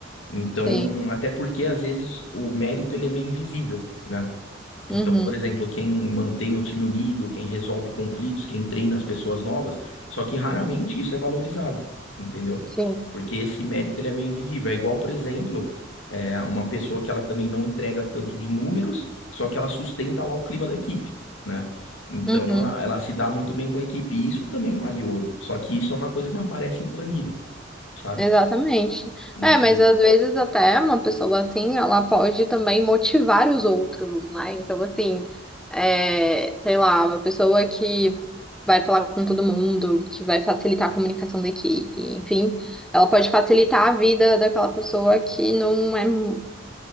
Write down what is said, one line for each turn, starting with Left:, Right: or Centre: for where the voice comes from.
Left: Então,
Centre: Sim.
Left: até porque às vezes o mérito ele é meio invisível, né?
Centre: Uhum.
Left: Então, por exemplo, quem mantém o time unido, quem resolve conflitos, quem treina as pessoas novas, só que raramente isso é valorizado, entendeu?
Centre: Sim.
Left: Porque esse mérito ele é meio invisível. É igual, por exemplo, é, uma pessoa que ela também não entrega tanto de números, só que ela sustenta lá o clima da equipe, né? Então,
Centre: Uhum.
Left: ela, ela se dá muito bem com a equipe. E isso também vale ouro. Só que isso é uma coisa que não aparece em planilha, sabe?
Centre: Exatamente.
Left: Então.
Centre: É, mas às vezes até uma pessoa assim, ela pode também motivar os outros, né? Então, assim, é, sei lá, uma pessoa que vai falar com todo mundo, que vai facilitar a comunicação da equipe, enfim, ela pode facilitar a vida daquela pessoa que não é mu-